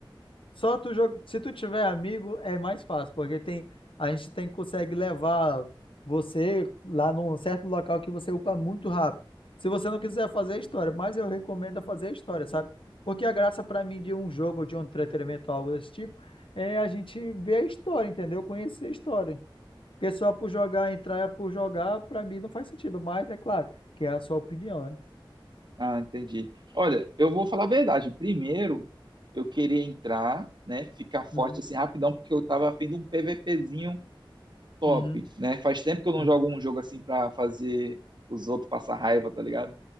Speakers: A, on the left (about 75°); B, on the right (about 55°).
A: Só tu joga. Se tu tiver amigo, é mais fácil, porque tem a gente tem consegue levar você lá num certo local que você upa muito rápido. Se você não quiser fazer a história, mas eu recomendo é fazer a história, sabe? Porque a graça pra mim de um jogo ou de um entretenimento, algo desse tipo, é a gente ver a história, entendeu? Conhecer a história. Porque só por jogar, entrar por jogar, pra mim não faz sentido. Mas é claro, que é a sua opinião, né?
B: Ah, entendi. Olha, eu vou falar a verdade. Primeiro, eu queria entrar, né? Ficar forte
A: Uhum,
B: assim rapidão, porque eu tava afim de um PVPzinho top,
A: uhum,
B: né? Faz tempo que eu não
A: uhum,
B: jogo um jogo assim pra fazer os outros passar raiva, tá ligado?